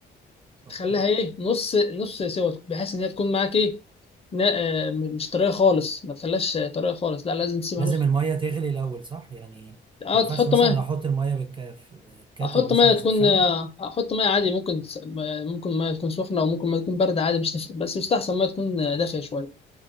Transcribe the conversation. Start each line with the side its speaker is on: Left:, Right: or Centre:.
Right: اوكي
Left: تخليها ايه نص نص سوا بحيث ان هي تكون معاك ايه نا- آه، مش طريه خالص ما تخليهاش طريه خالص لا لازم تسيبها
Right: لازم
Left: نص
Right: الميه تغلي الاول صح يعني
Left: اه
Right: ما ينفعش
Left: تحط
Right: مثلا
Left: ميه
Right: احط الميه بالك- في الكاتل
Left: احط
Right: مثلا
Left: ميه تكون
Right: اسخنه
Left: آه، احط ميه عادي ممكن تس- ممكن ميه تكون سخنه او ممكن ميه تكون بارده عادي مش تفرق بس يستحسن ميه تكون دافيه شويه